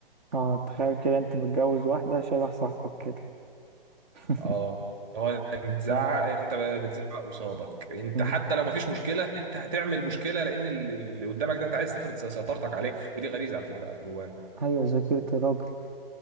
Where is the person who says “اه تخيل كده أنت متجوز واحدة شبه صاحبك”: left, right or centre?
Right